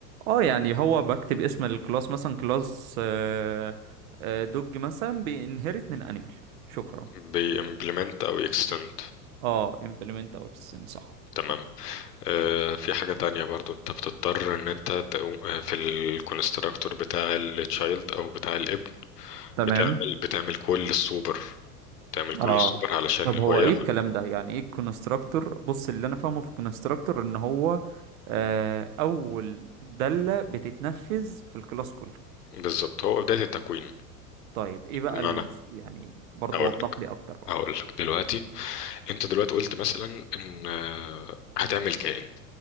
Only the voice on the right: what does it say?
اه يعني هو بكتب اسم الكلاس مثلا كلاس آه، آه، دوج مثلا بينهرت من انيمال شكرا
اه implement او extend صح
صح
تمام
اه
طب
هو
ايه الكلام ده يعني ايه الكونستراكتور بص اللي انا فاهمه في الكونستراكتور ان هو آه، اول دالة بتتنفذ في الكلاس كله
طيب ايه بقى
ال... يعني برضو
وضح
لي اكتر بقى